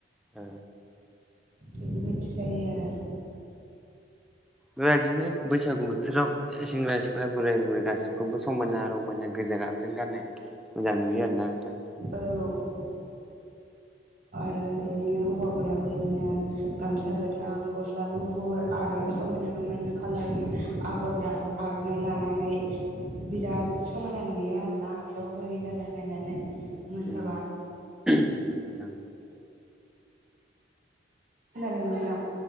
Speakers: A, in the centre; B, on the right (about 45°).
A: ओ
B: बेफोरबायदि जायो आरो।
A: बेबायदिनो बैसागु बोथोराव सेंग्रा सिख्ला बोराय बुरै गासिखौबो समायना रमायना गोजा जों गाननाय मोजां नुयो आरो ना नोंथां।
B: औ। आरो बिदिनो हौवाफोराबो बिदिनो गामसा गोथां गस्ला गुफुर फुर आर' समायना रमायना खालारनि आगर आर'नाइ लानानै बिराद समायना नुयो आरोना आखाइयाव गरि रानाय लायनानै मोसाबा
A: उम नोंथां
B: खोनादों नोंथां?